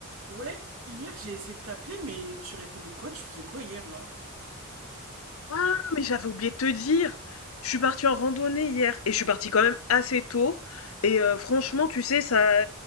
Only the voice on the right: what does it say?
Ouais, hier j'ai essayé de t'appeler, mais tu répondais quoi? Tu faisais quoi hier là?